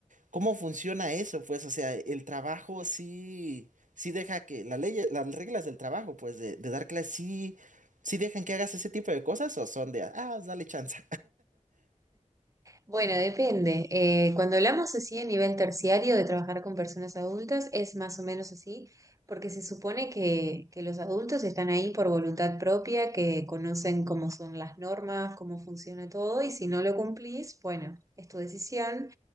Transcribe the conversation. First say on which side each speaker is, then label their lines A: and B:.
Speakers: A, on the right; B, on the right.
A: ¿cómo funciona eso? Pues, o sea, el trabajo sí, sí deja que la ley, las reglas del trabajo, pues, de, de dar clases, sí, sí dejan que hagas ese tipo de cosas o son de, ah, dale chance.
B: Bueno, depende. Eh, cuando hablamos así a nivel terciario de trabajar con personas adultas, es más o menos así, porque se supone que, que los adultos están ahí por voluntad propia, que conocen cómo son las normas, cómo funciona todo, y si no lo cumplís, bueno, es tu decisión